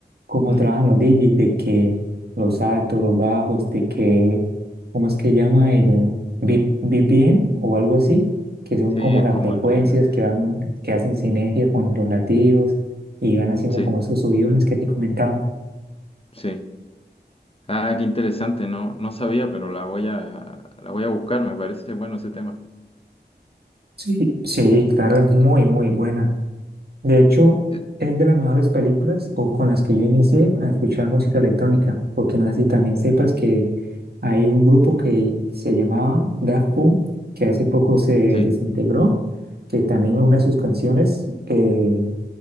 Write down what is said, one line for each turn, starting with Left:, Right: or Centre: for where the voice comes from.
Right: cómo
Left: ¿Mm?
Right: trabajan los DJs, de que los altos, los bajos, de que, ¿cómo es que llama el V- VPN o algo así? que son
Left: Sí,
Right: como
Left: es
Right: las
Left: como
Right: frecuencias
Left: el, el-
Right: que van, que hacen sinergia con los latidos y van haciendo
Left: sí,
Right: como esos subidones que te comentaba.
Left: sí. Ah, qué interesante, no, no sabía, pero la voy a, la voy a buscar, me parece bueno ese tema.
Right: Sí, sí, claro, es muy, muy buena. De hecho,
Left: Eh,
Right: es de las mejores películas o con las que yo inicié a escuchar música electrónica, porque no sé si también sepas que hay un grupo que se llamaba Daft Punk, que hace poco se
Left: sí.
Right: desintegró, que también una de sus canciones, eh,